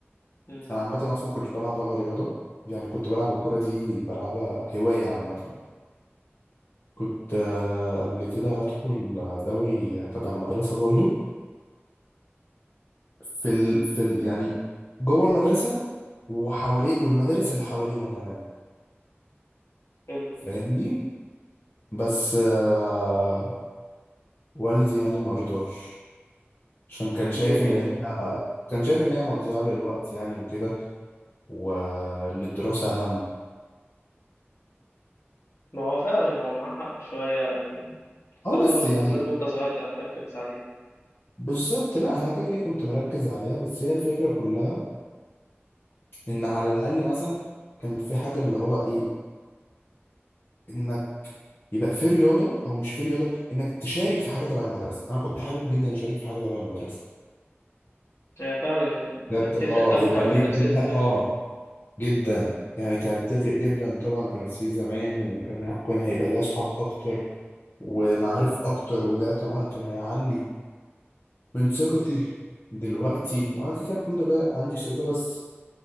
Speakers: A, on the left; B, on the left.
A: امم
B: انا عامه اصلا ما كنتش بلعب ولا رياضه يعني كنت بلعب الكوره دي بلعبها هوايه عامه كنت آه، قبل كده هدخل دوري تبع المدرسه برضو في ال... في ال... يعني جوه المدرسه وحواليه والمدارس اللي حوالينا كمان
A: حلو
B: فاهمني بس آه، والدي يعني ما رضاش عشان كان شايف
A: ليه كده
B: ان هي كان شايف ان هي مضيعة للوقت يعني وكده وان الدراسة اهم
A: ما هو فعلا هو معاه حق شوية يعني الدراسة
B: اه بس
A: برضو
B: يعني
A: بالذات وانت صغير بتبقى محتاج تركز عليها
B: بالظبط لا انا كده كده كنت مركز عليها بس هي الفكرة كلها ان على الاقل مثلا كان في حاجة اللي هو ايه انك يبقى في رياضة او مش في رياضة انك تشارك في حاجة تبع المدرسة انا كنت حابب جدا اشارك في حاجة تبع المدرسة
A: هي فعلا
B: بجد
A: بتفرق
B: اه
A: أوي
B: هيبقى
A: كمان
B: ليه
A: في نفسية الطفل
B: لا، اه جدا يعني كانت تفرق جدا طبعا في نفسيتي زمان وكان كان هيبقى ليها اصحاب اكتر ومعارف اكتر وده طبعا كان هيعلي من ثقتي دلوقتي وانا كده كده الحمد لله عندي ثقة بس